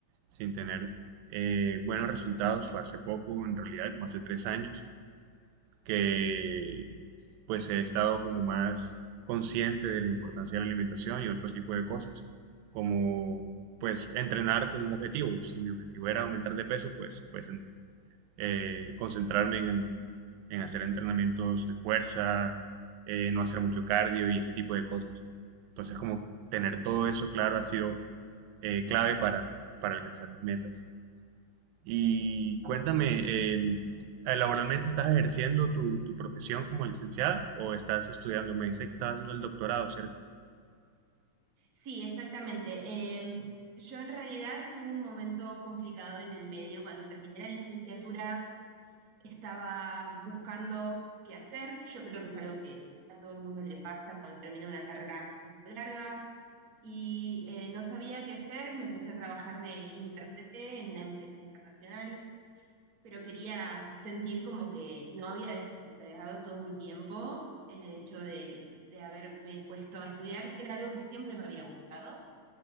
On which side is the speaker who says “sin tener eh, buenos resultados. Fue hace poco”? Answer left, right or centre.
Right